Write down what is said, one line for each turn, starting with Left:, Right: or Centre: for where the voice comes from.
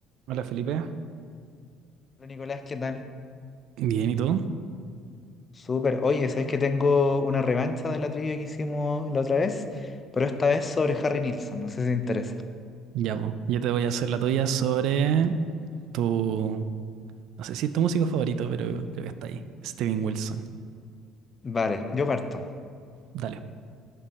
Right: Hola Felipe.
Left: Hola Nicolás, ¿qué tal?
Right: Bien, ¿y tú?
Left: Súper. Oye, ¿sabes que tengo una revancha de la trivia que hicimos la otra vez? Pero esta vez sobre Harry Nilsson, no sé si te interesa.
Right: Ya, pues. Yo te voy a hacer la tuya sobre tu. No sé si es tu músico favorito, pero creo que está ahí. Steven Wilson.
Left: Vale, yo parto.
Right: Dale.